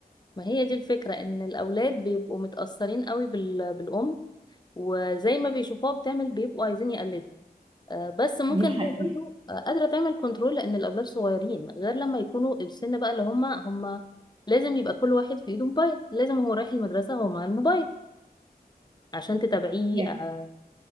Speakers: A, on the left; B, on the right.
A: ما هي دي الفكرة ان الاولاد بيبقوا متأثرين قوي بال... بالام وزي ما بيشوفوها بتعمل بيبقوا عايزين يقلدوا آه، بس ممكن
B: دي حقيقة
A: هي برضو آه، قادرة تعمل كنترول لأن الأولاد صغيرين غير لما يكونوا السن بقى اللي هما هما لازم يبقى كل واحد في ايده موبايل لازم هو رايح المدرسة هو مع الموبايل عشان تتابعيه
B: يعني
A: آه،